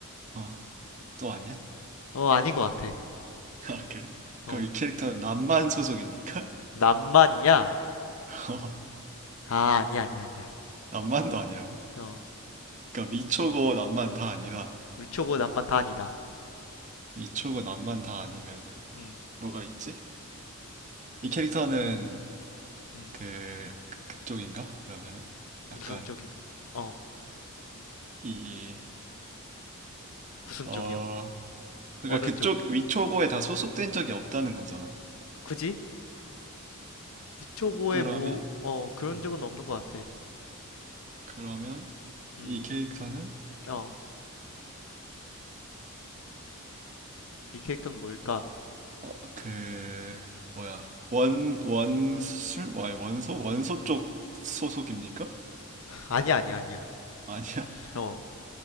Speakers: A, on the right; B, on the left.
A: 어 또 아니야
B: 어, 아닌 것 같아.
A: <laughs> 아 그래
B: 어.
A: 그럼 이 캐릭터는 남만 소속입니까?
B: 남만이냐?
A: <laughs> 어
B: 아, 아니야, 아니야, 아니야.
A: 남만도 아니라고
B: 어.
A: 그러니까 위초고 남만 다 아니다
B: 위초고 남만 다 아니다.
A: 위초고 남만 다 아니면은
B: 응,
A: 뭐가 있지? 이 캐릭터는
B: 응.
A: 그 그- 그쪽인가? 그러면은
B: 무슨
A: 약간
B: 쪽이? 어,
A: 이, 이,
B: 무슨
A: 어
B: 쪽이요?
A: 그러니까
B: 어느 쪽?
A: 그쪽 위초고에 다 소속된 적이 없다는 거잖아.
B: 굳이? 위초고에
A: 그러면
B: 뭐, 어, 그런
A: 음,
B: 적은 없는 것 같아.
A: 그러면
B: 음,
A: 이 캐릭터는
B: 어, 이 캐릭터는 뭘까?
A: 어그 뭐야 원 원술 와 원소 원소 쪽 소속입니까?
B: 아니야, 아니야, 아니야.
A: 아니야. <laughs>
B: 어,